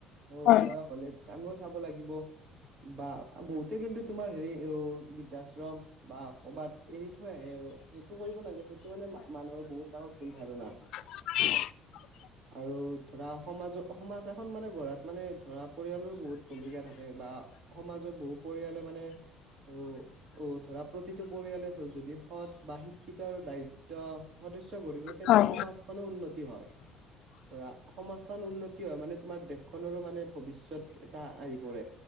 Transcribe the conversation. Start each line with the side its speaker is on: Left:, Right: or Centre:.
Left: হয়
Right: অ বয়স হলে আমিও চাব লাগিব বা। বহুতে কিন্তু তোমাৰ হেৰি অ বৃদ্ধাশ্ৰম বা কৰ'বাত এৰি থৈ আহে আৰু সেইটো কৰিব নালাগে সেইটো মানে মানুহৰ বহুত ডাঙৰ ভুল ধাৰণা।
Left: উ <inaudible>
Right: আৰু ধৰা সমাজ সমাজ এখন মানে গঢ়াত মানে ধৰা পৰিয়ালৰ বহুত ভূমিকা থাকে বা সমাজত বহু পৰিয়ালে মানে অ অ ধৰা প্ৰতিটো পৰিয়ালে যদি সৎ বা শিক্ষিতৰ দায়িত্ব সদস্য গঢ়িবটো‌ তেন্তে
Left: হয়
Right: সমাজখনো উন্নতি হয়। ধৰা সমাজখন উন্নতি হয় মানে তোমাৰ দেশখনৰো মানে ভৱিষ্যত এটা আহিব।